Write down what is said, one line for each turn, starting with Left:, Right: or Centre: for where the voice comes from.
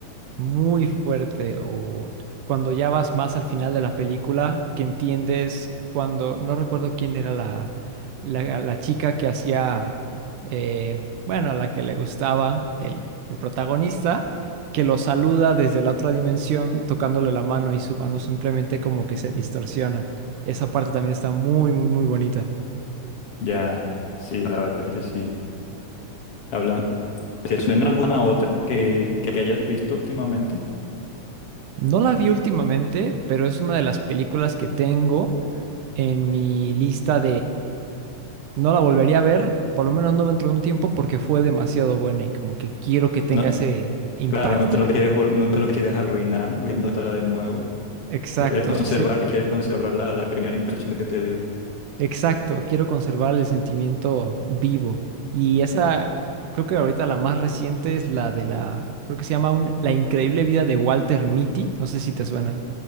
Right: muy fuerte o cuando ya vas más al final de la película, que entiendes cuando, no recuerdo quién era la, la, la chica que hacía, eh, bueno, a la que le gustaba el, el protagonista, que lo saluda desde la otra dimensión tocándole la mano y su mano simplemente como que se distorsiona. Esa parte también está muy, muy, muy bonita.
Left: Ya, sí, la verdad es que sí. Habla, ¿te suena alguna otra que, que hayas visto últimamente?
Right: No la vi últimamente, pero es una de las películas que tengo en mi lista No la volvería a ver, por lo menos no dentro de un tiempo, porque fue demasiado buena y como que quiero que tenga
Left: No,
Right: ese impacto.
Left: Claro, no te lo quieres, vol- no te lo quieres arruinar viéndotela de nuevo.
Right: Exacto,
Left: Quieres conservar,
Right: sí,
Left: quieres conservar la, la primera impresión que te dio.
Right: exacto. Quiero conservar el sentimiento vivo. Y esa, creo que ahorita la más reciente es la de la, creo que se llama un- La increíble vida de Walter Mitty. No sé si te suena.